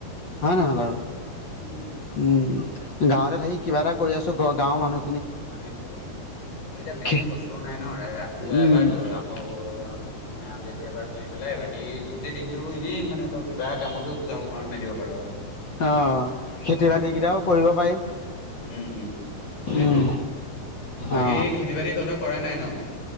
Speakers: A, on the left; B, on the left.
A: হয়
B: অ
A: নহয় বাৰু?
B: উম
A: উম!
B: সেইটোৱে
A: গাঁৱতে থাকি কিবা এটা কৰি আছোঁ ঘৰৰ গাঁৱৰ মানুহ
B: সেই কাৰণে তোৰ <unintelligible> তোৰ এতিয়া বেছি
A: খে
B: কষ্ট নাই ন' ৰাতিপুৱা
A: উম
B: এবাৰ ত অ, মানে আবেলি এবাৰ কৰি পেলাই বাকী গোটেই দিনতটো এনেই মানে তোৰ বেয়া কামতো যাব পাৰ মেলিব পাৰ আৰু।
A: অঁ, খেতি
B: উম
A: বাতি কেইটাও কৰিব পাৰিম।
B: উম উম, সেইটোৱে
A: উম
B: বাকী
A: অ
B: খেতি বাতি তহঁতৰ কৰা নাই ন?